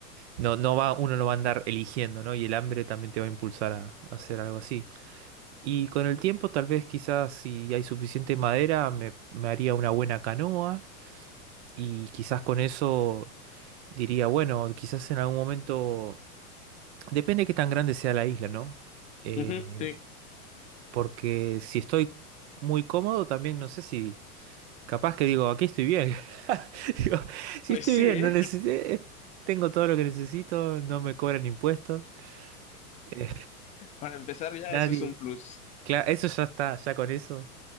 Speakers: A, on the right; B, on the left.
A: no, no va, uno no va a andar eligiendo, ¿no? Y el hambre también te va a impulsar a, a hacer algo así. Y con el tiempo, tal vez quizás si hay suficiente madera, me, me haría una buena canoa. Y quizás con eso diría, bueno, quizás en algún momento. Depende de qué tan grande sea la isla, ¿no? Eh,
B: <laughs> ujú, sí.
A: porque si estoy muy cómodo, también no sé si. Capaz que digo, aquí estoy bien. <laughs> Digo, si
B: Pues
A: estoy
B: sí,
A: bien,
B: ¿eh?
A: no necesito. Tengo todo lo que necesito, no me cobran impuestos. eh,
B: Para empezar ya
A: nadie.
B: eso es un plus.
A: Claro, eso ya está, ya con eso